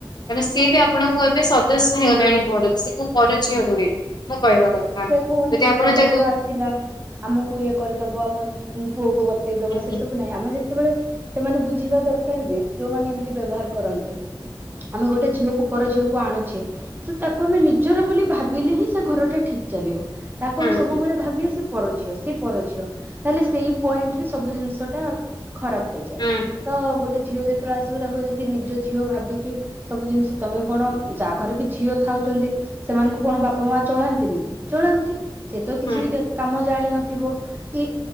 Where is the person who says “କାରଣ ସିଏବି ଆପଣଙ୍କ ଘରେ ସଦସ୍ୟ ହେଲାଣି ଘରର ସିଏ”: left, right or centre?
Left